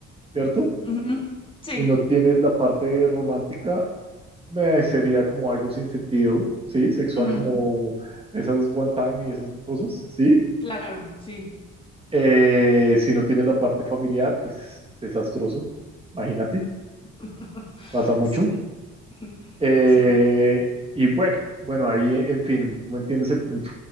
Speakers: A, on the right (about 20°); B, on the left (about 15°).
A: ¿cierto?
B: ujú, Sí,
A: Si no tienes la parte romántica, eh, sería como algo sin sentido, ¿sí? Sexual
B: ujú,
A: como esas one time y esas cosas, ¿sí?
B: claro, sí.
A: Eh, si no tienes la parte familiar, pues desastroso, imagínate.
B: <laughs>
A: pasa mucho.
B: Sí. <laughs>
A: Eh,
B: Sí,
A: y bueno, bueno, ahí, en fin, tú me entiendes el punto.